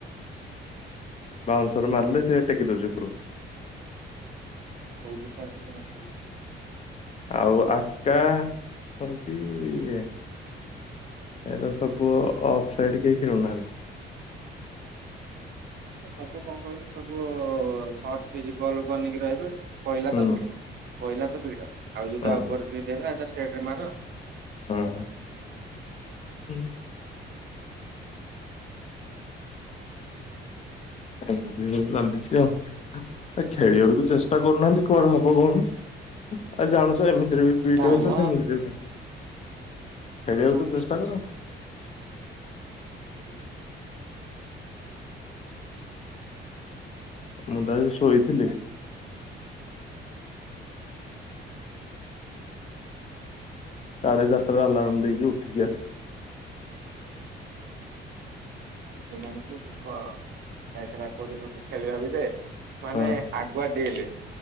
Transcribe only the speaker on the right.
<unintelligible>
ସବୁ କଣ କହିଲୁ ସବୁ ସଟ୍ ପିଚ୍ ବଲ ବନକି ରହିବେ ପଇଲା
ତ ଭିଡ। ପହିଲା ତ ଭିଡ ଆଉ ଯୋଉଟା
ଓବର ବ୍ରିଜ ହେଲା ସେଟା ଷ୍ଟେଟରେ ମାର।
ନାଇଁ
ମ
ହାଟ୍
ଚୋ
<unintelligible>
ଏତେ ଜାଣିଛୁ ଯାଇଥିଲା କୋଉ ଦିନ ଟିକେ ଖେଳିବାକୁ ଯେ ମାନେ
ଆଗୁଆ ଡେଇଁଲେ